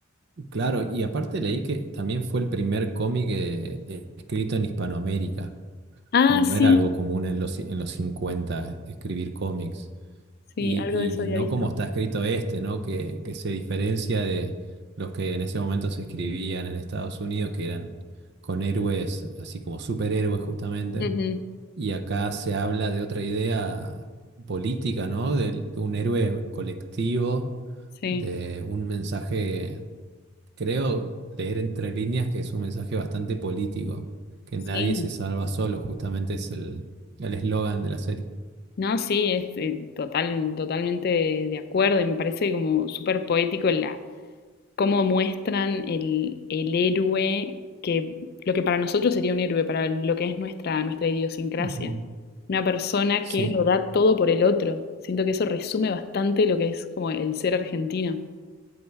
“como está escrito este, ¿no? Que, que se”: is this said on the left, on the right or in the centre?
Right